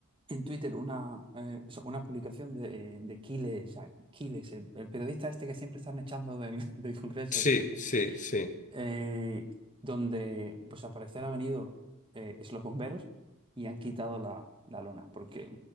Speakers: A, on the right; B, on the left.
A: en Twitter una, eh, o sea, una publicación de, eh, de Quiles, o sea, Quiles, el, el periodista este que siempre están echando del, <laughs> del Congreso,
B: Sí,
A: que siempre,
B: sí, sí,
A: eh, donde pues al parecer ha venido eh, es los bomberos y han quitado la, la lona, porque,